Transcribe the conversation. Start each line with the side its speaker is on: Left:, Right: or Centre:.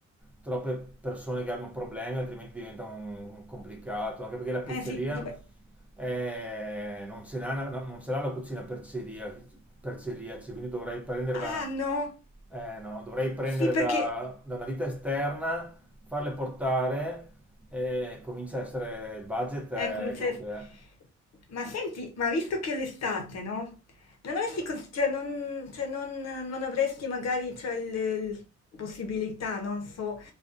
Centre: troppe persone che hanno problemi, altrimenti diventa un- un complicato. Anche perché la pizzeria
Left: Eh sì, tipo-
Centre: eh, non ce l'ha, una- non ce l'ha la cucina per celiaci, per celiaci, quindi dovrei prendere da,
Left: ah no,
Centre: eh, no, dovrei prendere
Left: sì perché...
Centre: da, da una ditta esterna, farle portare e comincia a essere il budget è
Left: Ecco, mi dice,
Centre: quello che è.
Left: ma senti, ma visto che è l'estate, no? Non avresti, cons- cioè, non, cioè, non- non avresti magari, cioè, il- il possibilità, non so,